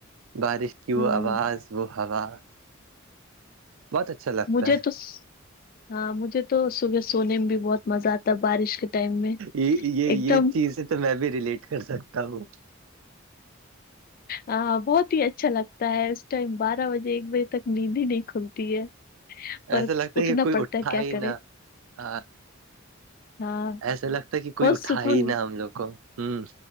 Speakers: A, on the right; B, on the left.
A: بارش کی وہ
B: ہوں
A: آواز وہ ہوا بہت اچھا لگتا
B: مجھے
A: ہے
B: تو ہاں مجھے تو صبح سونے میں بھی بہت مزہ آتا ہے بارش کے ٹائم میں
A: یہ یہ یہ
B: ایک دم
A: چیزیں تو میں بھی ریلیٹ کر سکتا ہوں
B: ہ بہت ہی اچھا لگتا ہے اس ٹائم بارہ بجے ایک بجے تک نیند ہی نہیں کھلتی ہے پر
A: ایسا لگتا
B: اٹھنا
A: ہے کہ کوئی
B: پڑتا
A: اٹھا
B: ہے کیا
A: ہی
B: کرے
A: نہ ہاں
B: ہاں
A: ایسا لگتا ہے کہ کوئی
B: بہت
A: اٹھا
B: سکون
A: ہی نہا ہم لوگ کو ہوں